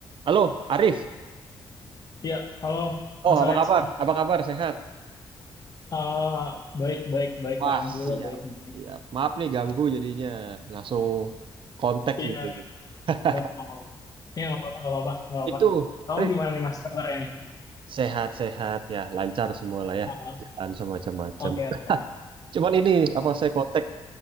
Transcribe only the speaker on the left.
Iya, halo Mas
Alex.
Ah, baik, baik, baik.
Alhamdulillah
baik. baik.
Iya,
nggak apa-apa. Iya, nggak apa-apa, nggak apa-apa, nggak
apa-apa. Kamu
gimana nih Mas kabarnya nih?
Ah,
oke, oke.